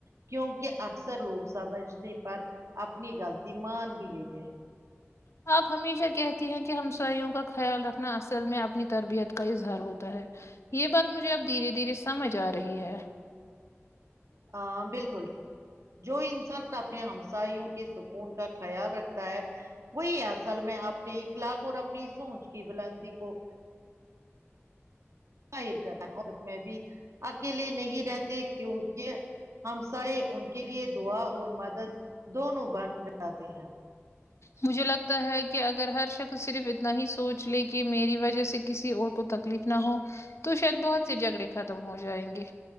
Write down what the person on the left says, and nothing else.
ہ آپ ہمیشہ کہتی ہیں کہ ہمسایوں کا خیال رکھنا اصل میں اپنی تربیت کا اظہار ہوتا ہے یہ بات مجھے اب دھیرے دھیرے سمجھ آ رہی ہے
مجھے لگتا ہے کہ اگر ہر شخص تو صرف اتنا ہی سونچ لے کہ میری وجہ سے کسی اور کو تکلیف نہ ہو تو شاید بہت سے جھگڑے ختم ہو جائیں گے